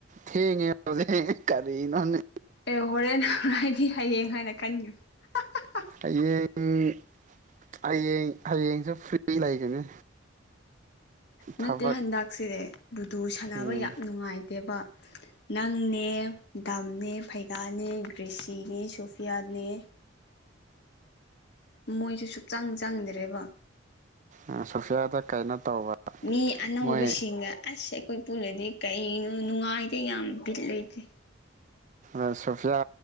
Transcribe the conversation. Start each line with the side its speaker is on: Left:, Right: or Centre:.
Right: ꯊꯦꯡꯉꯦ ꯍꯧꯖꯤꯛ ꯀꯔꯤꯅꯣꯅꯦ
Left: ꯑꯦ ꯍꯣꯔꯦꯟ ꯍꯥꯏꯗꯤ ꯍꯌꯦꯡ ꯍꯥꯏꯅ ꯈꯟꯒꯅ ꯍꯥꯍꯥꯍꯥ
Right: ꯍꯌꯦꯡ ꯍꯌꯦꯡ ꯍꯌꯦꯡꯁꯨ ꯐ꯭ꯔꯤ ꯂꯩꯒꯅꯤ
Left: ꯅꯠꯇꯦ
Right: ꯊꯕꯛ
Left: ꯍꯟꯗꯛꯁꯦ ꯂꯗꯨ ꯁꯥꯟꯅꯕ
Right: ꯎꯝ
Left: ꯌꯥꯝ ꯅꯨꯡꯉꯥꯏꯇꯦꯕ ꯅꯪꯅꯦ ꯗꯥꯝꯅꯦ ꯐꯩꯒꯥꯅꯦ ꯒ꯭ꯔꯦꯁꯤꯅꯦ ꯁꯣꯐꯤꯌꯥꯅꯦ ꯃꯣꯏꯁꯨ ꯁꯨꯛꯆꯪ ꯆꯪꯗ꯭ꯔꯦꯕ
Right: ꯑ ꯁꯣꯐꯤꯌꯥꯗ ꯀꯩꯅꯣ ꯇꯧꯕ
Left: ꯃꯤ ꯑꯅꯧꯕ
Right: ꯃꯣꯏ
Left: ꯁꯤꯡꯅ ꯑꯁ ꯈꯣꯏ ꯄꯨꯜꯂꯗꯤ ꯀꯩꯅꯣ ꯅꯨꯡꯉꯥꯏꯇꯦ ꯌꯥꯝ ꯕꯤꯠ ꯂꯩꯇꯦ
Right: ꯑ ꯁꯣꯐꯤꯌꯥ